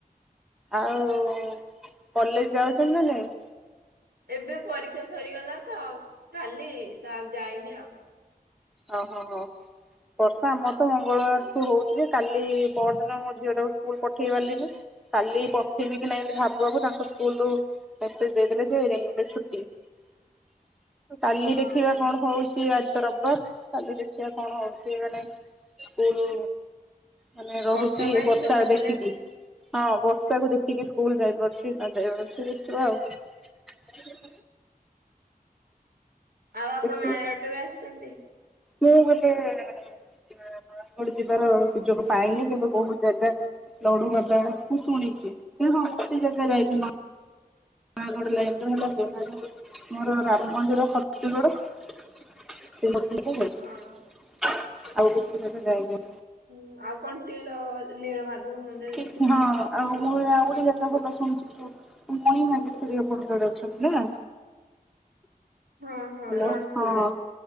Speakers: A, in the centre; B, on the right.
A: ଆଉ ଉ କଲେଜ ଯାଉଚନ୍ତି ନା ନାହିଁ?
B: ଏବେ ପରୀକ୍ଷା ସରିଗଲା ତ କାଲି ତ ଆଉ ଯାଇନି ଆଉ।
A: ଅ ହ ହ। ବର୍ଷା ଆମର ତ ମଙ୍ଗଳବାରଠୁ ହଉଚି ଯେ କାଲି ପହର ଦିନ ମୋ ଝିଅ ଟାକୁ ସ୍କୁଲ ପଠେଇ ପାରିଲିନି। କାଲି ପଠେଇବି କି ନାହିଁ ଭାବୁ ଭାବୁ ତାଙ୍କ ସ୍କୁଲରୁ ମେସେଜ ଦେଇଦେଲେ ଯେ ରେନି ଡେ ଛୁଟି। ଆଉ କାଲି
B: ହଁ
A: ଦେଖିବା କଣ ହଉଛି ଆଜି ତ ରବିବାର। କାଲି ଦେଖିବା କଣ ହଉଛି ମାନେ ସ୍କୁଲ ମାନେ ରହୁଚି
B: ବର୍ଷା ପାଇଁ
A: ବର୍ଷା
B: ଛୋଟ
A: ଦେଖିକି
B: ପିଲା କେମିତି
A: ହଁ ବର୍ଷାକୁୁ ଦେଖିକି ସ୍କୁଲ ଯାଇପାରୁଛି ନ ଯାଇପାରୁଛି ଦେଖିବା ଆଉ
B: ଆଉ ଆପଣ
A: ଦେଖିବି
B: ନୟାଗଡ଼ କେବେ ଆସିଛନ୍ତି?
A: ମୁଁ ଗୋଟେ ଏ ନୟାଗଡ ଯିବାର ସୁଯୋଗ ପାଇନି କିନ୍ତୁ ବହୁତ ଜାଗା ଲଡୁ ବାବା ମୁଁ ଶୁଣିଛି ହେ ସମସ୍ତେ ଜାଗା ଯାଇଛି। ନୟାଗଡ ଲାଇନ ର ହେଲା ସେଇଟା ତ ମୋର ରାମ ମନ୍ଦିର ଫତିଗଡ ସେଇ ମନ୍ଦିରକୁ ଯାଇଛି
B: ହଁ।
A: ଆଉ କିଛି ଜାଗା ଯାଇନାହିଁ।
B: ହୁଁ ଆଉ କଣ୍ଟିଲ ନୀଳ ମାଧବ ମନ୍ଦିର
A: ଠିକ
B: ଦେଖିନାନ୍ତି।
A: ହଁ ଆଉ ମୁଁ ଆଉ ଗୋଟେ ଜାଗା ଭଲ ଶୁଣିଛି ଯୋଉ ମଣିନାଗେଶ୍ଵରୀ ଆପଣଙ୍କ ଆଡେ ଅଛନ୍ତି ନା।
B: ହଁ ହଁ
A: ହାଲୋ
B: ରଣପୁରରେ।
A: ହଁ